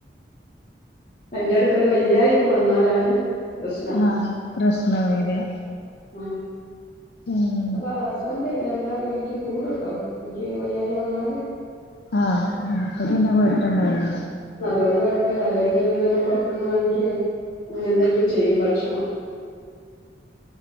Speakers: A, on the left; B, on the left.
A: അയ്ന്റെടെക്കൊര് വയ്യായാെക്കെ വന്നാലാണ് പ്രശ്നം
B: ആഹ് പ്രശ്നം വെരാ
A: ഉം
B: ഉം
A: അപ്പൊ ആഹ് ഹസ്ബൻഡ് എല്ലാ ജോലിക്കും കൂടുട്ടോ നിക്ക് വയ്യായ വന്നാല്
B: ആഹ് അന്നപ്പാെ പിന്നെ കൊഴപ്പണ്ടാവില്ല
A: അതുകൊണ്ട് കൊഴപ്പല്ല അല്ലെങ്കില് ഒര് നേരം പൊർത്ത്ന്ന് വാങ്ങിക്ക്യേ അങ്ങെനെ എന്തെങ്കിലും ചെയ്യും ഭക്ഷണം